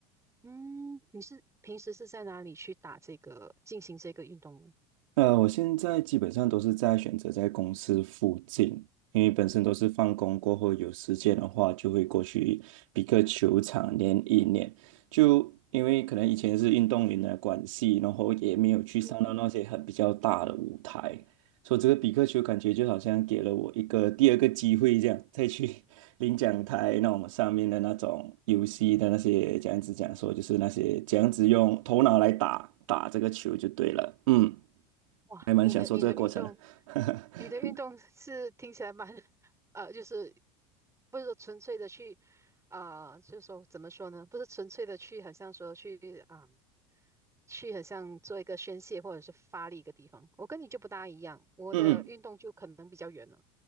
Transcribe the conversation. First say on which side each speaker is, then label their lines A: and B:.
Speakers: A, on the right; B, on the right.
A: 嗯，你是平时是在哪里去打这个，进行这个运动呢？
B: 呃，我现在基本上都是在选择在公司附近，因为本身都是放工过后有时间的话，就会过去比克球场练一练。就因为可能以前是运动员的关系，然后也没有去上到那些很比较大的舞台，
A: 嗯
B: 所以这个比克球感觉就好像给了我一个第二个机会，这样再去 <laughs> 领奖台那种上面的那种游戏的那些这样子讲说，就是那些这样子用头脑来打打这个球就对了，嗯。
A: 哇，
B: 还蛮享受这个过程的。
A: 你的你的运动，
B: <laughs>
A: 你的运动是听起来蛮 <laughs>，呃，就是不是说纯粹的去，呃，就是说怎么说呢？不是纯粹的去，好像说去啊、去很像做一个宣泄或者是发力一个地方。我跟你就不大一样，我的运动就可能比较远了。
B: 嗯嗯